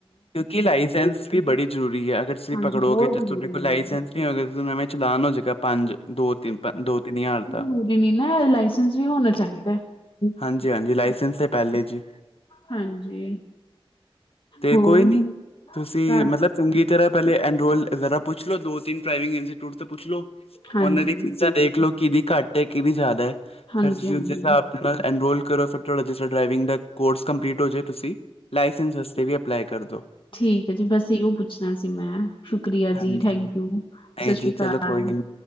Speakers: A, on the left (about 75°); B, on the left (about 55°).
A: ਕਿਉਂਕਿ, ਲਾਇਸੈਂਸ ਵੀ ਬੜੀ ਜਰੂਰੀ ਏ, ਅਗਰ ਤੁਸੀਂ
B: ਹਾਂਜੀ
A: ਪਕੜੋਗੇ
B: ਬਹੁਤ
A: ਤਾਂ,
B: ਜ਼ਰੂਰੀ
A: ਤੁਹਾਡੇ ਕੋਲ
B: ਹੈ
A: ਲਾਇਸੈਂਸ ਨਹੀਂ ਹੋਏਗਾ, ਨਵੇਂ ਚਲਾਨ ਹੋ ਜਾ ਪੰਜ ਦੋ ਤਿੰਨ ਪੰ- ਦੋ ਤਿੰਨ ਹਜ਼ਾਰ
B: ਜ਼ਰੂਰੀ
A: ਦਾ
B: ਨੀ ਨਾ, ਲਾਇਸੈਂਸ ਵੀ ਹੋਣਾ ਚਾਹੀਦਾ
A: ਹਾਂਜੀ -ਹਾਂਜੀ ਲਾਇਸੈਂਸ ਤੇ ਪਹਿਲੇ ਜੀ।
B: ਹਾਂਜੀ।
A: ਤੇ
B: ਹੋਰ
A: ਕੋਈ ਨਈ ਤੁਸੀਂ
B: ਘਰ
A: ਮਤਲਬ ਚੰਗੀ ਤਰ੍ਹਾਂ ਪਹਿਲੇ ਐਨਰੋਲ ਜ਼ਰਾ ਪੁੱਛ ਲੋ, ਦੋ-ਤਿੰਨ ਪਰਾਵਿੰਗ ਇੰਸੀਟੂਟ ਤੋਂ ਪੁੱਛ ਲੋ।
B: ਹਾਂਜੀ,
A: ਉਨਾਂ ਦੀ ਫੀਸਾਂ ਦੇਖ ਲਓ ਕਿੰਦੀ ਘੱਟ ਹੈ ਕਿੰਦੀ ਜ਼ਿਆਦਾ ਹੈ
B: ਹਾਂਜੀ,
A: ਫੇਰ ਤੁਸੀਂ
B: ਹਾਂਜੀ
A: ਉਸੀ ਹਿਸਾਬ ਨਾਲ ਐਨਰੋਲ ਕਰੋ ਫਿਰ ਤੁਹਾਡਾ ਜਿਸ ਤਰ ਡਰਾਈਵਿੰਗ ਦਾ ਕੋਰਸ ਕੰਪਲੀਟ ਹੋ ਜਾਵੇ ਤੁਸੀਂ ਲਾਇਸੈਂਸ ਵਾ਼ਸਤੇ ਵੀ ਅਪਲਾਈ ਕਰਦੋ।
B: ਠੀਕ ਹੈ ਜੀ, ਬਸ ਇਹੋ ਪੁੱਛਣਾ ਸੀ ਮੈਂ ਸ਼ੁਕਰੀਆ
A: ਹਾਂਜੀ
B: ਜੀ, ਥੈਂਕ ਯੂ, ਸਤਿ
A: ਨਹੀਂ
B: ਸ਼੍ਰੀ
A: ਜੀ
B: ਅਕਾਲ।
A: ਚਲੋ ਕੋਈ ਨੀ